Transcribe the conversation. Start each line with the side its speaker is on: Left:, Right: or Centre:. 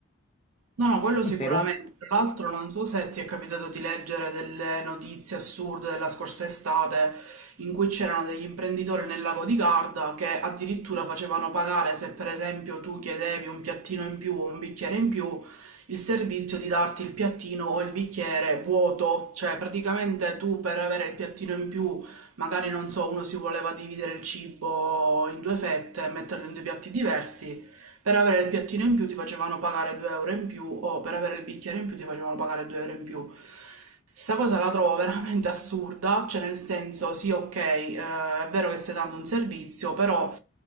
Right: No, no, quello
Left: Quindi
Right: sicuramente.
Left: Per un...
Right: Tra l'altro non so se ti è capitato di leggere delle notizie assurde della scorsa estate in cui c'erano degli imprenditori nel lago di Garda che addirittura facevano pagare se per esempio tu chiedevi un piattino in più o un bicchiere in più, il servizio di darti il piattino o il bicchiere vuoto, cioè praticamente tu per avere il piattino in più, magari non so, uno si voleva dividere il cibo in due fette e metterlo in due piatti diversi. Per avere il piattino in più ti facevano pagare 2 euro in più o per avere il bicchiere in più ti facevano pagare 2 euro in più. Sta cosa la trovo veramente assurda, cioè nel senso sì, ok, eh, è vero che stai dando un servizio, però